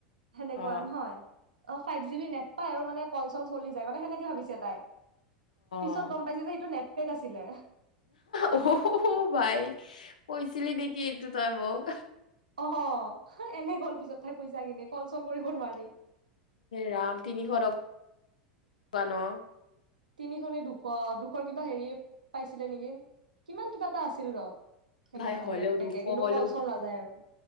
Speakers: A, on the right (about 75°); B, on the left (about 70°).
A: সেনেকুৱা
B: অ'
A: নহয়? অ ফাইভ জি বি নেট পায় আৰু মানে কল চল চলি যায়, মানে সেনেকে ভাবিছে তাই। পিছত
B: অ'
A: গম পাইছে যে এইটো নেটপেক আছিলে।
B: অহ-সহ ভাই, কৈছিলি নেকি এইটোত তাই মোকক?
A: অ' এনেহে গ'ল পিছত, তাইৰ পইচা কিনিত কল চল কৰিব নোৱাৰি।
B: ৰাম তিনিশ টকা, পোৱা ন?
A: তিনিখনে দুশ-দুশৰ কিবা হেৰি, পাইছিলে নেকি? কিমান কিবা এটা আছিল ৰ সেনেকুৱা
B: ভাই হ'লেও
A: নেট পেকে
B: দুখ
A: কিন্তু
B: হলেও,
A: কল চল নাযায় আৰু